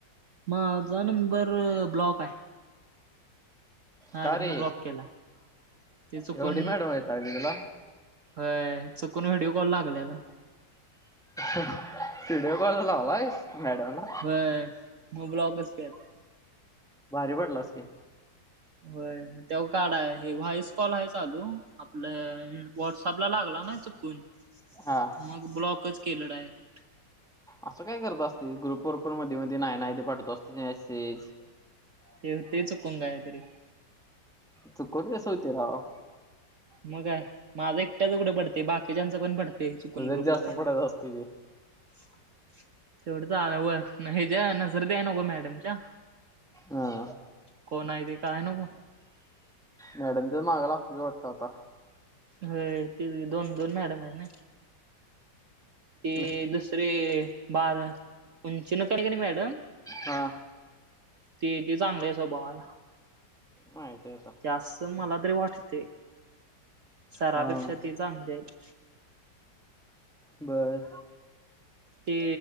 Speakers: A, on the right; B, in the centre.
A: माझा नंबर ब्लॉक हाय. मॅडम
B: का रे
A: न ब्लॉक केला. ते चुकुन
B: एवढी मॅडम वैतागली तुला
A: व्हय चुकून व्हिडिओ कॉल लागलेला.
B: व्हिडिओ कॉल लावलायस मॅडम ला
A: व्हय मग ब्लॉकच केला.
B: भारी पडलास की
A: व्हय. जिओ कार्ड हाय हे व्हॉइस कॉल हाय चालू, आपलं व्हॉट्सअपला लागला ना चुकून <inaudible>
B: हां.
A: मग ब्लॉकच केलं डायरेक्ट
B: असं काय करत असतय, ग्रुपवर पण मध्ये मध्ये नाही नाही ते पाठवत असतय मेसेज
A: ते येतय चुकून काय तरी
B: चुकुन कसं होतय राव!
A: मग काय माझं एकट्याच कुठ पडतय? बाकीच्यानच पण पडतय चुकून
B: तुझ्यात
A: ग्रुपला
B: जास्त
A: काहीतरी
B: पडत असते ते
A: ह <inaudible> तेवढच आ हेज्या नजरत याय नको मॅडमच्या
B: हा
A: कोण हाय ते कळाय नको.
B: मॅडमच्याच मागा लागतोस वाटतय आता
A: व्हय ते दोन दोन मॅडम आहेत ना. ती
B: हं,
A: दुसरी बार उंची न कणी मॅडम
B: हा
A: ती हाय ती चांगली हाय स्वभावान
B: माहितीय आता
A: आसं मला तरी वाटतय, सरापेक्षा
B: हा
A: ते चांगले आहेत.
B: बर
A: ते